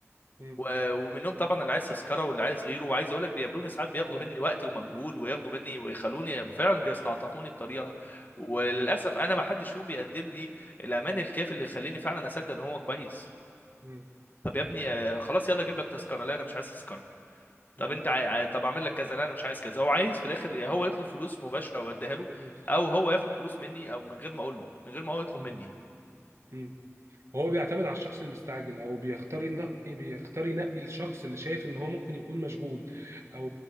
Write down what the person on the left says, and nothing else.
و- ومنهم طبعا اللي عايز تذكره واللي عايز غيره وعايز اقول لك بيقابلوني ساعات بياخدوا
مني وقتي ومجهود وياخدوا مني ويخلوني فعلا بيستعطفوني بطريقه وللاسف انا ما حدش فيهم بيقدم لي الامان الكافي اللي يخليني فعلا اصدق ان هو كويس
طب يا ابني آه، خلاص يلا اجيب لك تذكره لا انا مش عايز تذكره
طب انت عاي... عاي- طب اعمل لك كذا لا انا مش عايز كذا هو عايز في الاخر يا هو يطلب فلوس مباشره واديها له
او هو ياخد فلوس مني او من غير ما اقول له من غير ما هو يطلب
مني